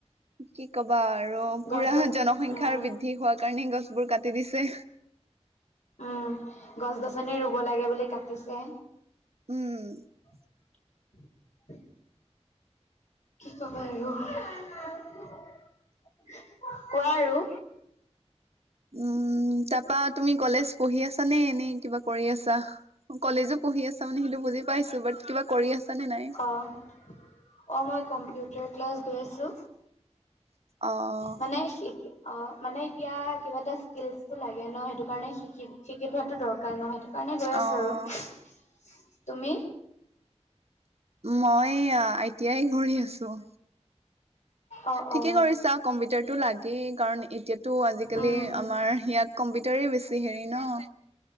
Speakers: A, on the right (about 60°); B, on the left (about 85°).
A: কি ক'ব? বা আৰু পুৰা
B: গছ গছ
A: জনসংখ্যাৰ
B: উম
A: বৃদ্ধি হোৱাৰ কাৰণেই গছবোৰ কাটি দিছে।
B: উম গছ-গছনি ৰুব লাগে বুলি কাটিছে।
A: উম
B: <inaudible> তব আৰু <inaudible> কোৱা আৰু
A: উম তাৰাপা তুমি কলেজ পঢ়ি আছা নে এনেই কিবা কৰি আছা‌? কলেজো পঢ়ি আছ মানে। সেইটো বুজি পাইছো বাট কিবা কৰি আছা? নে নাই?
B: অ' অ' মই কম্পিউটাৰ ক্লাছ গৈ আছো।
A: অ',
B: মানে অ' মানে এতিয়া কিবা এটা স্কিলচবোৰ লাগে ন। সেইটো কাৰণে শিকি শিকি থোৱাটো দৰকাৰ ন সেইটো। কাৰণে গৈ
A: অ'।
B: আছো আৰু তুমি?
A: মই এতিয়াই ঘূৰি আছো।
B: অ
A: ঠিকেই
B: অ
A: কৰিছা কম্পিউটাৰটো লাগেই কাৰণ এতিয়াতো আজিকালি
B: উম
A: আমাৰ ইয়াত কম্পিউটাৰ দৰে বেছি হেৰি ন।